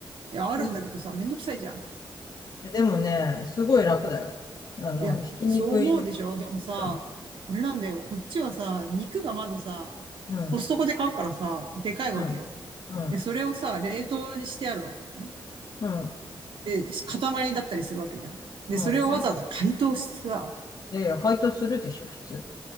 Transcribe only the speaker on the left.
ミ
ででもね、すごい楽だよ。あの、
ひき肉いる。
うん、
うん、
うん、うん、
うん、
うん。
かいやいや、解凍するでしょ、普通。